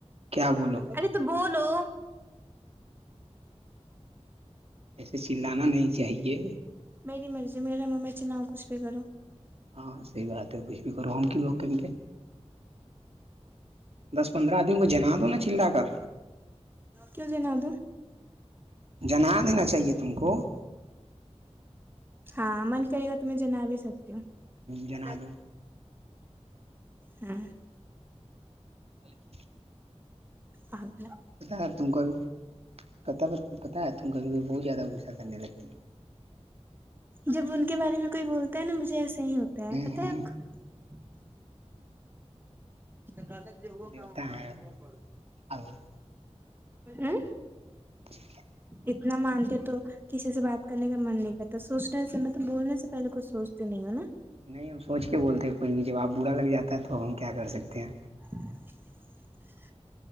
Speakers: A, on the right; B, on the right.
A: کیا بولو
B: ارے تو بولو
A: ایسے چلانا نہیں چاہیے
B: مری مرضی میرا میںم میں چلاؤ کچھ بھی کروں
A: ہاں صحیح بات ہے کچھ بھی کرو ہم کیوں روکیں گے دس پندرہ آدمی کو جنا دو نا چلا کر
B: کیوں جنا دوں
A: جنا دینا چاہیے تم کو
B: ہاں من کرے گا تو میں جنا بھی سکتی ہوں
A: جنا
B: ا ج
A: دو
B: ہ
A: چلید
B: آ <inaudible>
A: پتا ہے تم کو بھی پتا پتا ہے تم کو بھی بہت زیادہ غصہ کرنے لگتی ہو
B: جب ان کے بارے میں کوئی بولتا ہے ن مجھے ایسے <unintelligible> نہیں ہوتا ہے
A: ہ
B: کتق
A: ہ
B: <unintelligible> اچ <unintelligible> چالک جا
A: دیوتا
B: کا وہ کاا
A: ہے اللہ
B: <unintelligible> <unintelligible>
A: چتا <unintelligible>
B: اتنا مانتے تو کسی سے بات کرنے کا من نہیں کرتا سوچنے سے مطلب بولنے سے پہلے کچھ سوچتے نہیں ہو نا <unintelligible>
A: نہیں ہم سوچ کے بولتے کوئی بھی جب آپ برا لگ جاتا ہے تو اب ہم کیا کر سکتے ہیں
B: ہاں <unintelligible>